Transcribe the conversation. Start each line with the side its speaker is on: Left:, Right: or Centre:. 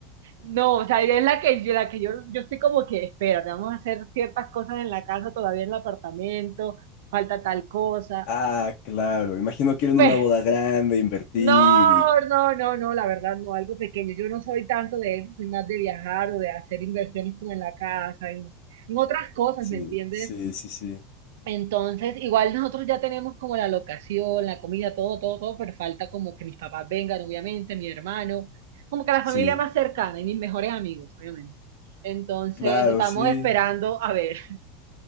Right: No, o sea, es la que yo, la que yo, yo estoy como que, espérate, vamos a hacer ciertas cosas en la casa, todavía en el apartamento, falta tal cosa.
Left: Ah, claro. Imagino que era en
Right: <laughs>
Left: una boda grande, invertir
Right: No,
Left: y...
Right: no, no, no, la verdad no, algo pequeño. Yo no soy tanto de eso, soy más de viajar o de hacer inversiones como en la casa, en, en otras cosas,
Left: Sí,
Right: ¿me entiendes?
Left: sí, sí, sí,
Right: Entonces, igual nosotros ya tenemos como la locación, la comida, todo, todo, todo, pero falta como que mis papás vengan, obviamente, mi hermano, como que la
Left: sí.
Right: familia más cercana y mis mejores amigos, obviamente. Entonces,
Left: Claro,
Right: estamos
Left: sí.
Right: esperando a ver.